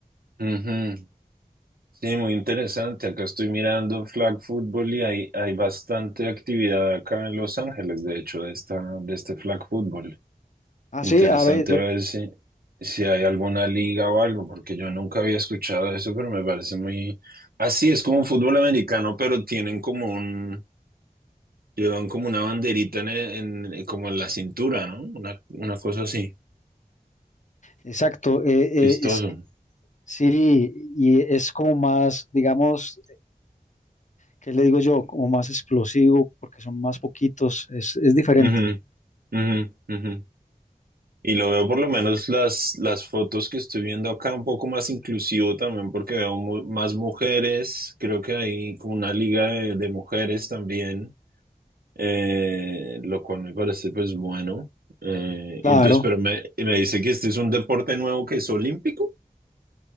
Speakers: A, on the right; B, on the left.
A: Ujú. Sí, muy interesante. Acá estoy mirando flag football y hay, hay bastante actividad acá en Los Ángeles, de hecho, de esta, de este flag football.
B: Ah,
A: Interesante
B: sí, a ver, yo,
A: a ver si, si hay alguna liga o algo, porque yo nunca había escuchado eso, pero me parece muy... Así es como un fútbol americano, pero tienen como un... Llevan como una banderita en, el- en- en- como en la cintura, ¿no? Una, una cosa así,
B: exacto, eh,
A: chistoso.
B: eh, es, sí, y es como más, digamos, ¿qué le digo yo? Como más explosivo, porque son más poquitos, es, es diferente.
A: Ujú, ujú, ujú. Y lo veo por lo menos las, las fotos que estoy viendo acá un poco más inclusivo también porque veo mu- más mujeres, creo que hay como una liga de, de mujeres también, eh, lo cual me parece pues bueno. Eh,
B: Claro,
A: y entonces, pero me, me dice que este es un deporte nuevo que es olímpico.